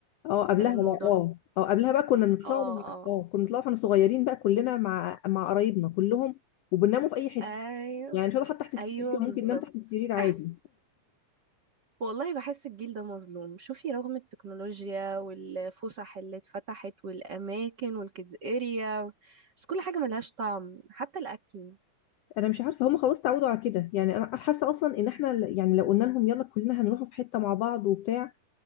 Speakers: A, on the left; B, on the right.
A: اه قبلها
B: كان الموضوع
A: بقى اه اه قبلها بقى كنا بنطلع
B: اه اه
A: اه كنا بنطلع واحنا صغيرين بقى كلنا مع مع قرايبنا كلهم وبنناموا في اي حته
B: ايوه
A: يعني مش هقول حتى تحت السرير
B: ايوه
A: كان
B: بالظبط
A: ممكن ننام تحت السرير عادي
B: <laughs> والله بحس الجيل ده مظلوم شوفي رغم التكنولوجيا والفسح اللي اتفتحت والأماكن والكيدز اريا بس كل حاجة ملهاش طعم حتى الأكل
A: انا مش عارفه هم خلاص تعودوا على كده يعني انا حاسه اصلا ان احنا ل- يعني لو قلنا لهم يلا كلنا هنروحوا في حته مع بعض وبتاع